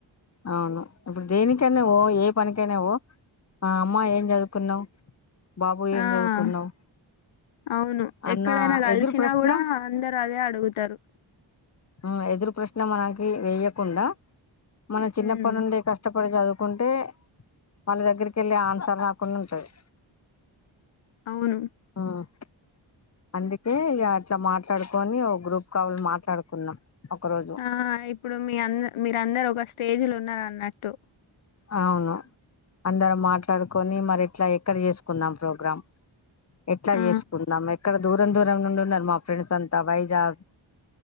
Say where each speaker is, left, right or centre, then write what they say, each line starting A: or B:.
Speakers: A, on the left (about 30°); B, on the left (about 75°).
A: అవును ఇప్పుడు దేనికైనావో ఏ పనికైనావో ఆ అమ్మా ఏం చదువుకున్నావు బాబు ఏం
B: ఆ
A: చదువుకున్నావు
B: అవును
A: అన్న
B: ఎక్కడైనా కలిసినా
A: ఎదురు ప్రశ్న
B: కూడా అందరు అదే అడుగుతారు
A: ఆ ఎదురు ప్రశ్న మనకి వెేయకుండా మనం చిన్నప్పటి
B: హ్మ్.
A: నుండి కష్టపడి చదువు కుంటే వాళ్ళ దగ్గరికి వెళ్ళి ఆన్సర్ రాకుండా ఉంటది
B: అవును
A: ఉమ్ అందుకే ఇక అట్లా మాట్లాడుకొని ఓ గ్రూప్ కావాళ మాట్లాడుకున్నాం ఒక రోజు
B: ఆ ఇప్పుడు మీ అంద మీరందరు ఒక స్టేజీలు ఉన్నరూ అన్నట్టు
A: అవును అందరూ మాట్లాడుకొని మరి ఇట్లా ఎక్కడ చేసుకుందాం ప్రోగ్రాం ఎట్లా
B: ఆ!
A: చేసుకుందాం ఎక్కడ దూరం దూరం నుండి ఉన్నారు మా ఫ్రెండ్స్ అంతా వైజాగ్